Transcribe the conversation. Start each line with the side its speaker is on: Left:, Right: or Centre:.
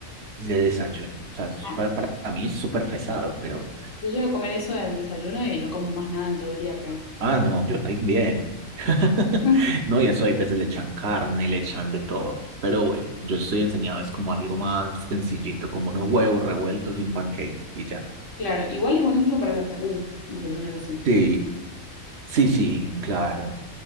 Right: de desayuno. O sea, es
Left: Ah,
Right: para, para mí es súper pesado, pero,
Left: yo llego a comer eso al desayuno y no como más nada en todo el día, creo.
Right: ah, no, yo también. <laughs>
Left: <laughs>
Right: No, y eso hay veces le echan carne, le echan de todo. Pero bueno, yo estoy enseñado, es como algo más sencillito, como unos huevos revueltos y un pancake y ya.
Left: Claro, igual es buenísimo para la salud, desayunar así.
Right: Sí, sí,
Left: Sí.
Right: sí, claro.